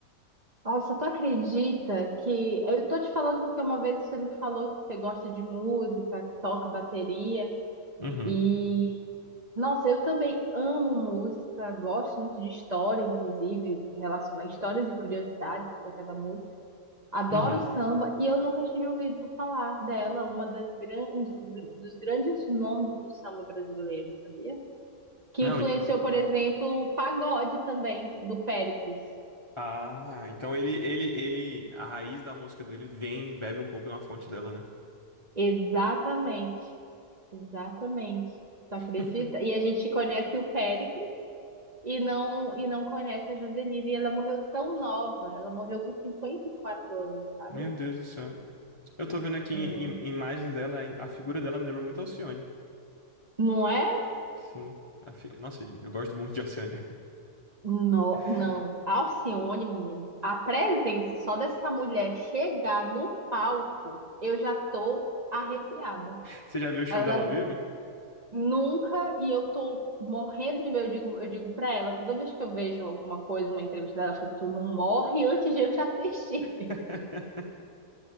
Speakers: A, on the right (about 30°); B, on the left (about 30°).
A: Nossa, tu acredita que. Eu tô te falando porque uma vez você me falou que você gosta de música, que toca bateria.
B: Uhum,
A: E, nossa, eu também amo música, gosto muito de história, inclusive, relacionar histórias e curiosidades acerca da música. Adoro
B: uhum.
A: samba e eu nunca tinha ouvido falar dela, uma das gran... um dos grandes nomes do samba brasileiro, sabia? Que
B: Não,
A: influenciou,
B: en-
A: por exemplo, o pagode também, do Péricles.
B: ah, então ele, ele, ele, a raiz da música dele vem, bebe um pouco na fonte dela, né?
A: Exatamente, exatamente. Tu acredita?
B: <laughs>
A: E a gente conhece o Péricles e não e não conhece a Javeline. E ela morreu tão nova, ela morreu com 54 anos, sabe?
B: Meu Deus do céu. Eu tô vendo aqui
A: Sim.
B: im- imagens dela, im- a figura dela me lembra muito a Alcione.
A: Não é?
B: Sim. A fi- Nossa, eu gosto muito de Alcione.
A: No,
B: <laughs>
A: não. Alcione, menino, a presença só dessa mulher chegar no palco, eu já tô arrepiada.
B: Você já viu o show
A: Ela
B: dela ao vivo?
A: nunca, e eu tô morrendo de medo, eu digo, eu digo pra ela, toda vez que eu vejo alguma coisa, uma entrevista dela, eu falo, tu não morre antes de eu te assistir.
B: <laughs>